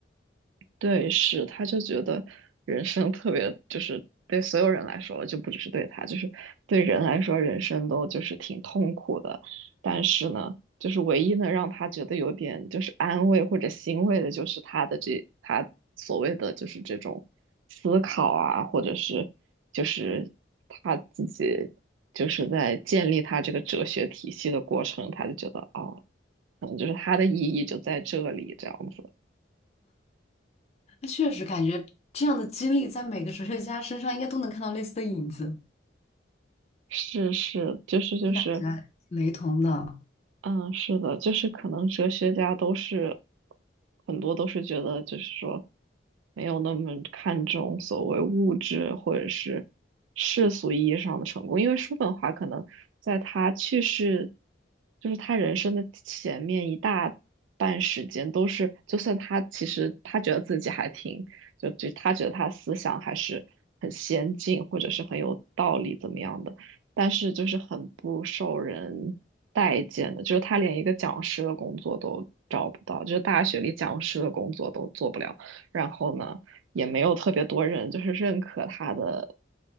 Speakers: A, on the right; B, on the left.
A: 对，是，他就觉得人生特别，就是对所有人来说了就不只是对他，就是对人来说，人生都就是挺痛苦的。但是呢，就是唯一能让他觉得有点就是安慰或者欣慰的，就是他的这他所谓的就是这种思考啊，或者是就是他自己就是在建立他这个哲学体系的过程，他就觉得哦，可能就是他的意义就在这里，这样子。
B: 那确实感觉这样的经历在每个哲学家身上应该都能看到类似的影子，
A: 是是，就是就是，
B: 就感觉雷同的
A: 嗯，是的，就是可能哲学家都是很多都是觉得，就是说没有那么看重所谓物质或者是世俗意义上的成功，因为叔本华可能在他去世，就是他人生的前面一大半时间都是，就算他其实他觉得自己还挺，就就他觉得他思想还是很先进或者是很有道理怎么样的，但是就是很不受人。待见的，就是他连一个讲师的工作都找不到，就是大学里讲师的工作都做不了。然后呢，也没有特别多人就是认可他的。